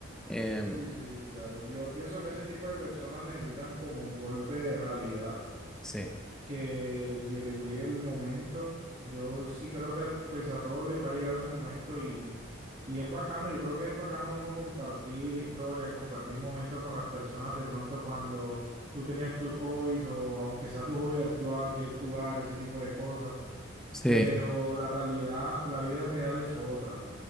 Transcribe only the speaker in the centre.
Em,
sí,
sí,